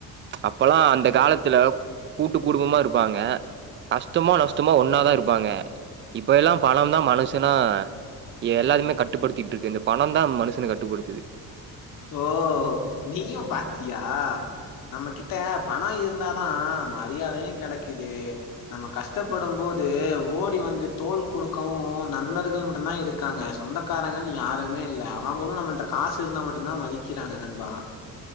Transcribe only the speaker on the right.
அப்பல்லா அந்த காலத்துல கூட்டு குடும்பமா இருப்பாங்க கஷ்டமோ நஷ்டமோ ஒன்னாதா இருப்பாங்க இப்ப எல்லா பணந்தா மனஷனா எல்லாரையுமே கட்டுப்படுத்திட்ருக்கு இந்த பணந்தா மனுஷன கட்டுப்படுத்துது